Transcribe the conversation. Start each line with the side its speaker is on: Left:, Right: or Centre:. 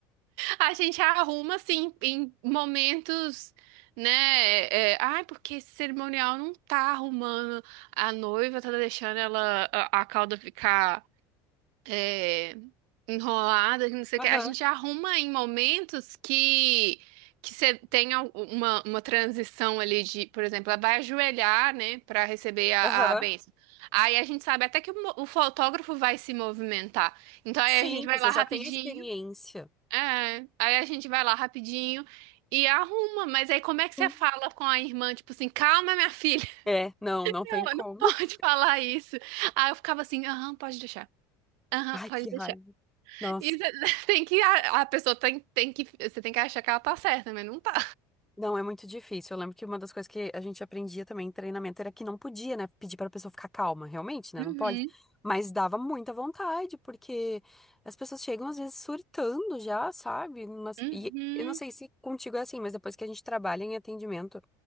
Right: A gente arruma assim em momentos, né? é, é, Ai, porque esse cerimonial não tá arrumando a noiva, tá deixando ela a, a cauda ficar é, enrolada, que não sei
Centre: aham,
Right: o que. A gente arruma em momentos que que você tem al- uma, uma transição ali de, por exemplo, ela vai ajoelhar, né, para receber a,
Centre: aham.
Right: a bênção. Aí a gente sabe até que o, mo- o fotógrafo vai se movimentar. Então aí
Centre: Sim,
Right: a gente vai
Centre: você
Right: lá rapidinho
Centre: já tem a experiência.
Right: é, aí a gente vai lá rapidinho e arruma, mas aí como é que você
Centre: Sim.
Right: fala com a irmã, tipo assim, calma, minha filha, <laughs>
Centre: É, não, não tem como.
Right: eu não pode
Centre: <laughs>
Right: falar isso. Aí eu ficava assim, aham, pode deixar. Aham,
Centre: Ai,
Right: pode
Centre: que
Right: deixar.
Centre: raiva. Nossa.
Right: E você <laughs> tem que, a, a pessoa tem, tem que, você tem que achar que ela tá certa, mas não tá.
Centre: Não, é muito difícil. Eu lembro que uma das coisas que a gente aprendia também em treinamento era que não podia, né, pedir para a pessoa ficar calma, realmente, né?
Right: Uhum,
Centre: Não pode. Mas dava muita vontade, porque as pessoas chegam às vezes surtando já, sabe? Mas,
Right: uhum.
Centre: e eu não sei se contigo é assim, mas depois que a gente trabalha em atendimento,